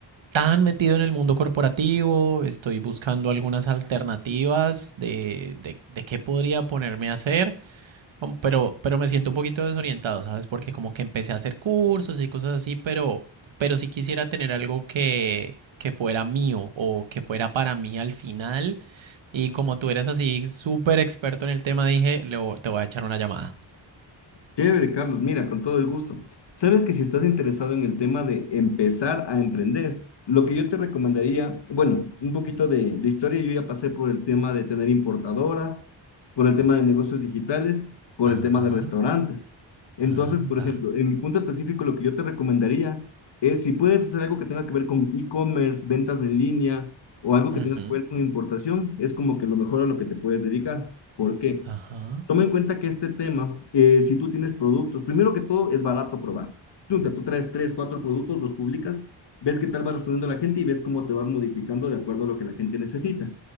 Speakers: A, on the right (about 75°); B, on the left (about 60°).
A: tan metido en el mundo corporativo, estoy buscando algunas alternativas de, de, de qué podría ponerme a hacer. Como- pero, pero me siento un poquito desorientado, ¿sabes? Porque como que empecé a hacer cursos y cosas así, pero, pero sí quisiera tener algo que, que fuera mío o que fuera para mí al final. Y como tú eres así súper experto en el tema, dije, le vo- te voy a echar una llamada.
B: Chévere, Carlos. Mira, con todo el gusto. Sabes que si estás interesado en el tema de empezar a emprender, lo que yo te recomendaría, bueno, un poquito de, de historia. Yo ya pasé por el tema de tener importadora, por el tema de negocios digitales, por
A: Ajá,
B: el tema de restaurantes. Entonces,
A: anda.
B: por ejemplo, en mi punto específico, lo que yo te recomendaría es si puedes hacer algo que tenga que ver con e-commerce, ventas en línea o algo que
A: Ujú,
B: tenga que ver con importación, es como que lo mejor a lo que te puedes dedicar. ¿Por qué?
A: Ajá,
B: Toma en cuenta que este tema, eh, si tú tienes productos, primero que todo es barato probar. tú traes tres, cuatro productos, los publicas, ves qué tal va respondiendo la gente y ves cómo te vas modificando de acuerdo a lo que la gente necesita.